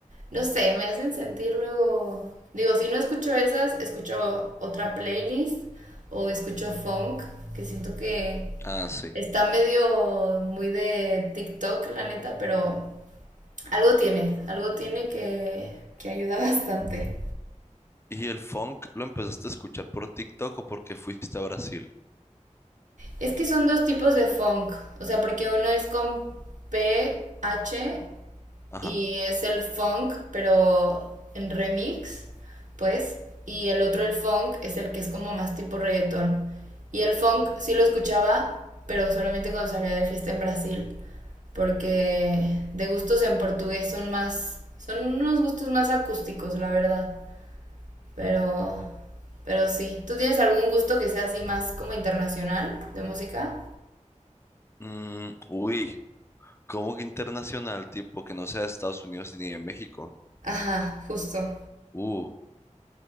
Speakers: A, on the right; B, on the left.
A: no sé, me hacen sentir luego... Digo, si no escucho esas, escucho otra playlist o escucho funk, que siento que
B: Ah, sí.
A: está medio muy de TikTok, la neta, pero algo tiene, algo tiene que, que ayuda <laughs> bastante.
B: ¿Y el funk lo empezaste a escuchar por TikTok o porque fuiste a Brasil?
A: Es que son dos tipos de funk, o sea, porque uno es con p h
B: Ajá.
A: y es el funk, pero en remix, pues, y el otro, el funk, es el que es como más tipo reggaetón. Y el funk
B: Mm.
A: sí lo escuchaba, pero solamente cuando salía de fiesta en Brasil, porque de gustos en portugués son más, son unos gustos más acústicos, la verdad. Pero, pero sí. ¿Tú tienes algún gusto que sea así más como internacional de música?
B: Mm, uy, ¿cómo que internacional, tipo que no sea de Estados Unidos ni de México?
A: Ajá, justo.
B: Uh.